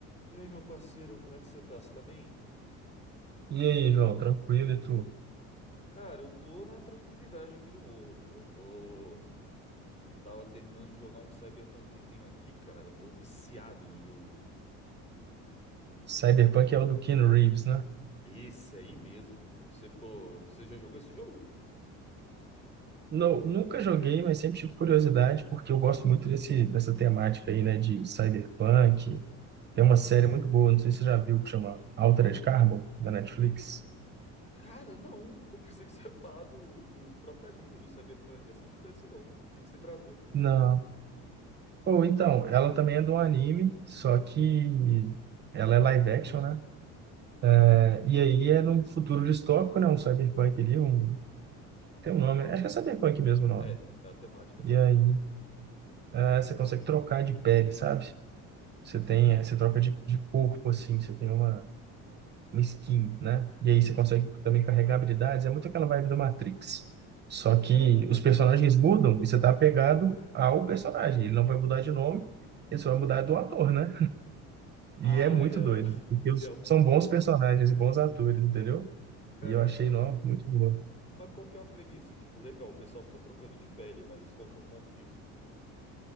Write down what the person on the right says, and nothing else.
E aí, João, tranquilo e tu?
Cyberpunk é o do Keanu Reeves, né?
Não, nunca joguei, mas sempre tive curiosidade, porque eu gosto muito desse, dessa temática aí, né, de cyberpunk. Tem uma série muito boa, não sei se você já viu, que chama Altered Carbon, da Netflix.
Não. Ou então, ela também é de um anime, só que ela é live action, né?
É, E aí é num futuro distópico, né? Um cyberpunk ali, um... tem um nome, né? acho que é cyberpunk mesmo o nome.
E aí é, você consegue trocar de pele, sabe? Você tem,
eh, você troca de, de corpo, assim, você tem uma, uma skin, né? E aí você consegue também carregar habilidades. É muito aquela vibe do Matrix. Só
que os personagens mudam e você tá apegado ao personagem. Ele não vai mudar de nome, ele só vai mudar do ator, né?
E é muito
doido, porque
os- são bons personagens e bons atores, entendeu?
E eu achei, não, muito boa.